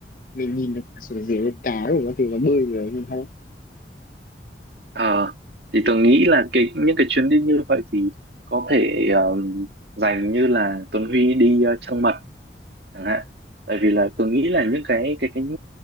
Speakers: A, on the left; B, on the right.
A: mình nhìn được xuống dưới cái cá của nó thì nó bơi rồi nhìn thấy
B: à, thì Tường nghĩ là cái những cái chuyến đi như vậy thì có thể ờm, dành như là Tuấn Huy đi uh, Trăng Mật chẳng hạn tại vì là tôi nghĩ là những cái cái cái